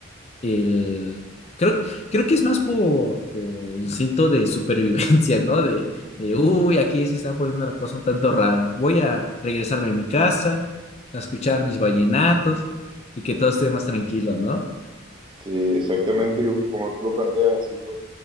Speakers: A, on the left; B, on the right.
A: El, creo, que- creo que es más por, por instinto de supervivencia, ¿no? De, de, uy, aquí se está poniendo la cosa un tanto rara. Voy a regresarme a mi casa, a escuchar mis vallenatos y que todo esté más tranquilo, ¿no?
B: Sí, exactamente, y como tú lo planteas, así pues,